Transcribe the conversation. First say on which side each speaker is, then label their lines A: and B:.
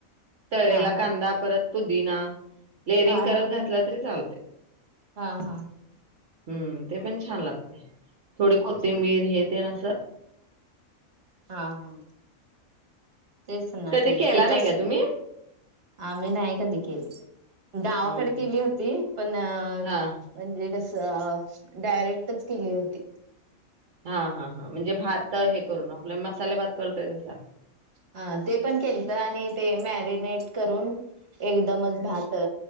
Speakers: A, on the right; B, on the right.
A: तळलेला
B: हा हा
A: कांदा परत पुदीना लेरिंग
B: हा
A: करत
B: हा
A: घातलें, तरी चालतं
B: हा, हा
A: हम्म! ते पण छान लागतय. थोडी कोथिंबीर तेन आस
B: हा, हा तेच ना
A: कधी
B: ते
A: केला
B: त्याच्याच
A: नाही का तुम्ही
B: आम्ही नाही कधी केली. गावाकडे
A: हम्म
B: केली
A: हम्म
B: होती. पण म्हणजे
A: हा
B: कसं डायरेक्टच केली होती.
A: हा हा हा म्हणजे भात हे करून आपल्या मसाले भात करतोय तसा
B: हा ते पण केलतं आणि ते मॅरिनेट करून एकदमच भात अ